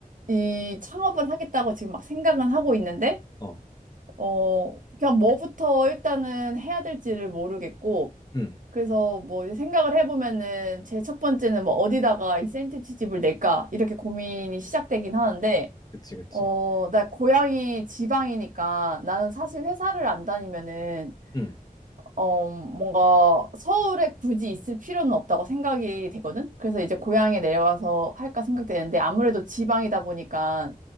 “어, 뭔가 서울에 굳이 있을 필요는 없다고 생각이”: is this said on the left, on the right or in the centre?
Right